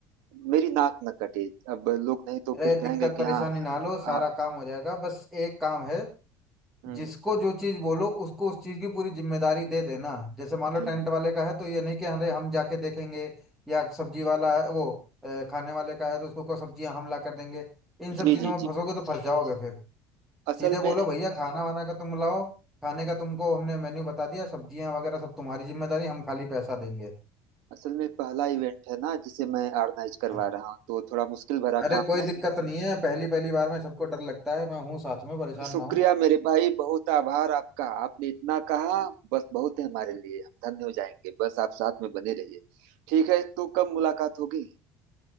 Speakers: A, on the right; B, in the centre.
A: मेरी नाक न कटे अब लोग नहीं तो
B: अरे
A: फिर कहेंगे
B: दिक्कत
A: कि
B: परेशानी
A: हाँ
B: ना लो सारा
A: हाँ,
B: काम हो जाएगा बस एक काम है
A: हम्म,
B: जिसको जो चीज बोलो उसको उस चीज की पूरी जिम्मेदारी दे देना जैसे मान लो
A: जी
B: टेंट
A: हाँ।
B: वाले का है तो ये नहीं कि अरे हम जाके देखेंगे या सब्जी वाला है वो अ, खाने वाले का है तो उसको को सब्जियां हम ला कर देंगे इन
A: जी
B: सब चीजों
A: जी
B: में
A: जी
B: फंसोगे तो फंस जाओगे फिर
A: असल
B: सीधे
A: में
B: बोलो भैया खाना वाना का तुम लाओ खाने का तुमको हमने मेन्यू बता दिया सब्जियां वगैरह सब तुम्हारी जिम्मेदारी हम खाली पैसा देंगे
A: असल में पहला इवेंट है ना जिसे मैं ऑर्गेनाइज करवा
B: हाँ।
A: रहा हूँ तो थोड़ा मुश्किल भरा
B: अरे
A: काम
B: कोई
A: है
B: दिक्कत नहीं है पहली पहली बार में सबको डर लगता है मैं हूँ साथ में परेशान
A: शुक्रिया
B: ना हूँ
A: मेरे भाई बहुत आभार आपका आपने इतना कहा बस बहुत है हमारे लिए हम धन्य हो जाएंगे बस आप साथ में बने रहिए ठीक है तो कब मुलाकात होगी